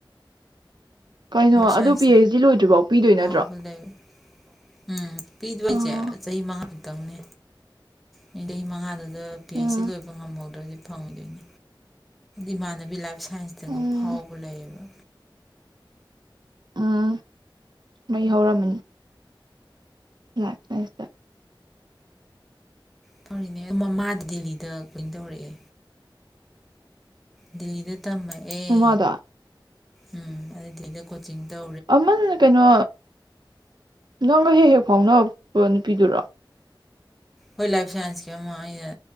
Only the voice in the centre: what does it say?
ꯁꯥꯏꯟꯁꯇ
ꯐꯥꯎꯕ
ꯂꯩ ꯎꯝ ꯄꯤꯗꯣꯏꯁꯦ
ꯆꯍꯤ ꯃꯉꯥ ꯇꯪꯅꯦ ꯃꯤ ꯂꯩ ꯃꯉꯥꯗ ꯑꯗ ꯄꯤ ꯑꯩꯩꯆ
ꯁꯤ ꯂꯣꯏꯕ ꯉꯝꯍꯧꯗ꯭ꯔꯥꯗꯤ ꯐꯪꯗꯅꯤ ꯏꯃꯥꯟꯅꯕꯤ ꯂꯥꯏ꯭ꯄ ꯁꯥꯏꯟꯁꯇꯒ
ꯐꯥꯎꯕ ꯂꯩꯌꯦꯕ
ꯐꯔꯤꯅꯦ ꯃꯃꯥꯗ ꯗꯦꯜꯂꯤꯗ ꯀꯣꯏꯅ ꯇꯧꯔꯛꯑꯦ ꯗꯤꯂꯤꯗ ꯇꯃꯛꯑꯦ
ꯎꯝ ꯑꯗꯨ ꯗꯤꯂꯤꯗ ꯀꯣꯆꯤꯡ ꯇꯩ
ꯍꯣꯏ ꯂꯥꯏꯐ ꯁꯥꯏꯟꯁꯀꯤ ꯑꯃ ꯑꯩꯅ